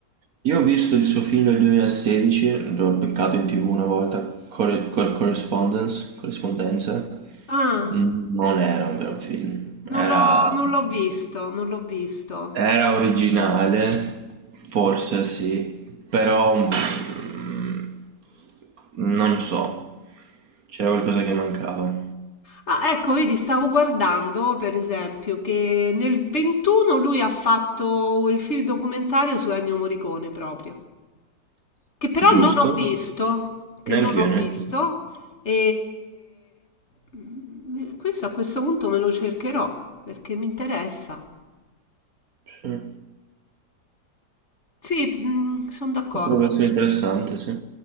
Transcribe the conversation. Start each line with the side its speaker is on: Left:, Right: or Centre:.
Right: Io ho visto il suo film del 2016, l'ho beccato in TV una volta, Corre- Cor- Correspondence, Corrispondenza.
Left: Ah,
Right: Mm, Non era un gran film, era
Left: non l'ho non l'ho visto, non l'ho visto.
Right: Era originale, forse sì, però mm, non so, c'era qualcosa che mancava,
Left: Ah, ecco, vedi, stavo guardando per esempio che nel 21 lui ha fatto il film documentario su Ennio Morricone proprio, che però
Right: giusto?
Left: non ho visto, che
Right: Neanche
Left: non ho
Right: io, neanche
Left: visto,
Right: io.
Left: e, e, mm, questo a questo punto me lo cercherò perché mi interessa.
Right: Sì.
Left: Sì, sono d'accordo.
Right: Potrebbe essere interessante, sì.